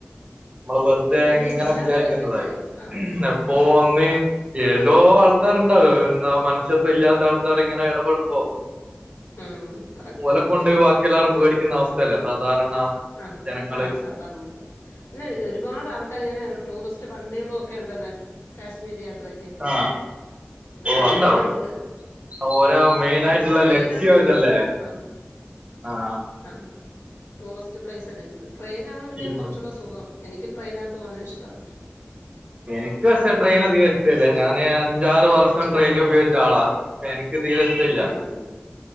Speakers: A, on the right; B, on the left.
A: നമ്മള് വെറുതെ
B: അത്
A: ഇങ്ങനെ
B: എല്ലാടോം
A: വിചാരിക്കുന്നതായി
B: ഇല്ലല്ലേ ആ
A: എപ്പോ
B: ആ
A: ഒന്ന് ഏതോ ആൾക്കാരുണ്ടാവ എന്നാ മനുഷ്യത്വ ഇല്ലാത്ത ആൾക്കാർ ഇങ്ങനെ ഇടപെടുമ്പോ
B: ഉം കറക്റ്റാണ്
A: ഓല കൊണ്ട് പോയി ബാക്കി എല്ലാവരും പേടിക്കുന്ന അവസ്ഥയല്ലേ സാധാരണ <unintelligible>
B: ആ
A: ജനങ്ങള്
B: ആ സാധാരണ പിന്നെ ഒരുപാട് ആൾക്കാർ ഇങ്ങനെ ടൂറിസ്റ്റ് ടുറിസ്റ് വണ്ടികളും ഒക്കെ ഉണ്ടല്ലോ കാശ്മീരി യാത്രയ്ക്ക്
A: ആഹ് ഓ
B: ആ
A: ഉണ്ടാവും
B: ട്രെയിനും ഉണ്ട്
A: ഓരോ മെയിൻ ആയിട്ടുള്ള
B: ആ ട്രെയിനാണ്
A: ലക്ഷ്യോ
B: സുഖം
A: ഇതല്ലേ
B: ആ
A: ആഹ
B: ആ ടൂറിസ്റ്റ് പ്ലൈസ് <unintelligible> ട്രെയിന ആണ് പിന്നെ
A: ഉം
B: കുറച്ചൂടെ സുഖം എനിക്കും ട്രെയിനകത്ത് പോകാനാ ഇഷ്ടം.
A: എനക്ക് പക്ഷേ ട്രെയിൻ അധികം ഇഷ്ടമല്ലേ,
B: ബസിന്
A: ഞാന് അഞ്ചാറ് വർഷം
B: ഇഷ്ടല്ലേ
A: ട്രെയിൻ ഉപയോഗിച്ച ആളാ എനിക്ക് തീരെ ഇഷ്ട ഇല്ല.
B: ആണല്ലേ